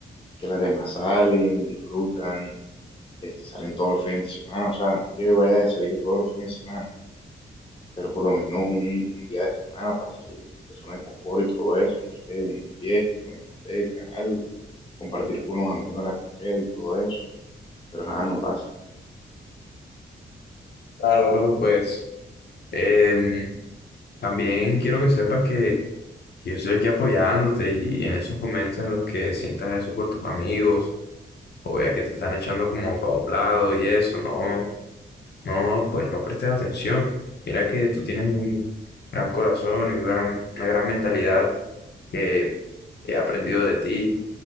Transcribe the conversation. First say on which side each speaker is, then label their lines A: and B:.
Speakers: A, on the left; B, on the left.
A: que las demás salen, disfrutan, este, salen todos los fines de semana, o sea, no es que vaya a salir todos los fines de semana, pero por lo menos un, un día de semana para salir de zona de confort y todo eso, no sé, un fiesta, una discoteca, algo, compartir con los amigos de la carrera y todo eso, pero ah, no pasa.
B: Claro, bro, pues em, también quiero que sepas que, que yo estoy aquí apoyándote y en esos momentos en los que sientas eso por tus amigos o vea que te están echando como para un lado y eso, no, no, pues no prestes atención. Mira que tú tienes un gran corazón y un gran, una gran mentalidad que he aprendido de ti.